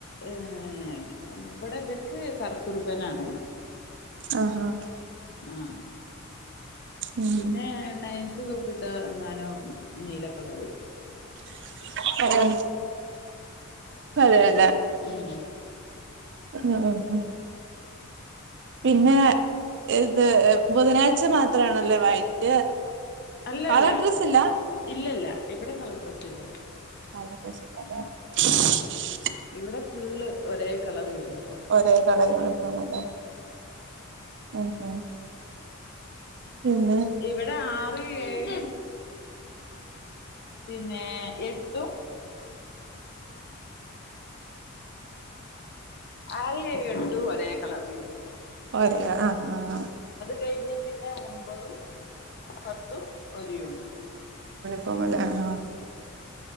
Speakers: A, on the left; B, on the right.
A: ഈഹ് ഇവിടെ ഇവർക്ക് കറ കുറിമ്പനാണ്
B: ആഹ് ആഹ്
A: ആഹ്
B: ഉം
A: പിന്നെ ണയൻത്ത് തൊട്ടിട്ടങ്ങാനോ നീല കളർ
B: <unintelligible>
A: <inaudible>
B: അതെ
A: ഉം
B: ആ ആഹ് പിന്നെ
A: അങ്ങനെ
B: ഇത് ബുധനാഴ്ച മാത്രമാണല്ലേ വൈറ്റ്
A: അല്ലല്ല
B: കളർ ഡ്രസ്സ് ഇല്ല
A: ഇല്ലല്ല ഇവിടെ കളർ ഡ്രെസ്സില്ല
B: <unintelligible>
A: ഇവിടെ ഫുള്ള് ഒരേ കളർ യുണി
B: ഒരേ കളർ യൂണിഫോമാല്ലേ ഉം ഉം പിന്നെ
A: ഇവിടെ ആറ് ഏഴ് പിന്നെ എട്ടും ആറ് ഏഴ് എട്ടും ഒരേ കളർ യൂണിഫോമ്
B: ആഹ് ആഹ്
A: കഴിഞ്ഞ് പിന്നെ ഒമ്പതും പത്തും ഒരു യൂണിഫോമ്
B: <unintelligible> ആഹ്